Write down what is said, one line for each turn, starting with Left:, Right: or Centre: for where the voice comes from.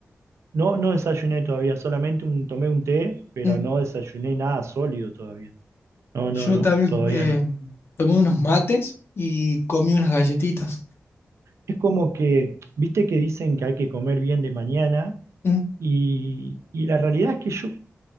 Right: No, no desayuné todavía, solamente un- tomé un té, pero
Left: Mm.
Right: no desayuné nada sólido todavía. No, no,
Left: Yo
Right: no,
Left: también
Right: todavía
Left: eh,
Right: no.
Left: tomé unos mates y comí unas galletitas.
Right: Es como que, viste que dicen que hay que comer bien de mañana
Left: Mm,
Right: y, y la realidad es que yo